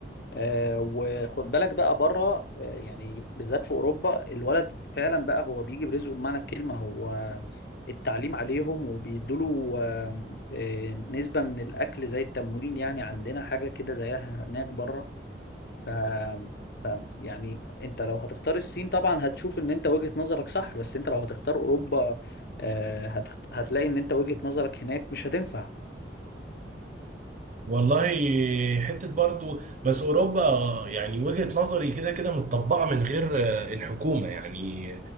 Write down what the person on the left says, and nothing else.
آه، وخد بالك بقى بره آه، يعني بالذات في أوروبا الولد فعلا بقى هو بيجي برزقه بمعنى الكلمة هو التعليم عليهم وبيدوله آم، آه، نسبة من الأكل زي التموين يعني عندنا حاجة كده زيها هناك بره ف... ف يعني انت لو هتختار الصين طبعا هتشوف ان انت وجهة نظرك صح بس انت لو هتختار اوروبا آه، هتخت... هتلاقي ان انت وجهة نظرك هناك مش هتنفع